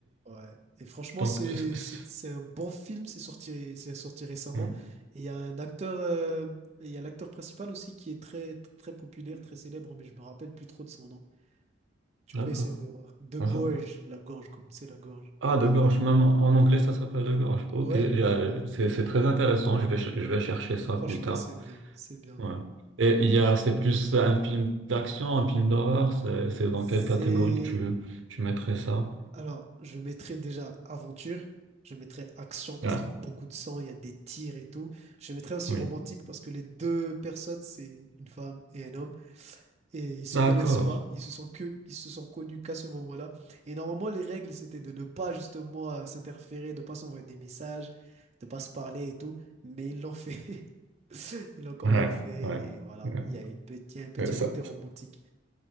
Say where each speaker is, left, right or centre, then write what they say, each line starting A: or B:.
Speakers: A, on the right; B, on the right.
A: Ouais. Et franchement,
B: Donc,
A: c'est
B: euh, c- c-
A: c'est- c'est un bon film, c'est sorti, c'est sorti récemment.
B: oui,
A: Et il y a un acteur, euh, et il y a l'acteur principal aussi qui est très, très populaire, très célèbre, mais je me rappelle plus trop de son nom. Tu
B: d'accord.
A: peux essayer de voir. De
B: Enfin-
A: Gorge, la gorge, comme c'est la gorge.
B: ah, de gorge, même en en anglais, ça s'appelle de gorge. Ok,
A: Ouais,
B: euh,
A: ouais.
B: c'est c'est très intéressant. Je vais, ch- je vais chercher ça
A: Franchement,
B: plus tard.
A: c'est bien, c'est bien.
B: Ouais. Et il y a, c'est plus un film d'action, un film d'horreur, c'est c'est dans
A: C'est...
B: quelle catégorie que tu, tu mettrais ça?
A: Alors, je mettrai déjà aventure, je mettrai action parce
B: Ouais,
A: qu'il y a beaucoup de sang, il y a des tirs et tout. Je mettrai aussi
B: oui.
A: romantique parce que les deux personnes, c'est une femme et un homme. et ils se
B: D'accord.
A: connaissent pas, ils se sont que, ils se sont connus qu'à ce moment-là. Et normalement, les règles, c'était de ne pas justement euh, s'interférer, de pas s'envoyer des messages, de pas se parler et tout. Mais ils l'ont fait, <laughs> ils l'ont quand
B: Ouais,
A: même fait.
B: ouais.
A: Et voilà,
B: ouais.
A: il y a une petit, un petit
B: Et Ça,
A: côté romantique.
B: ça-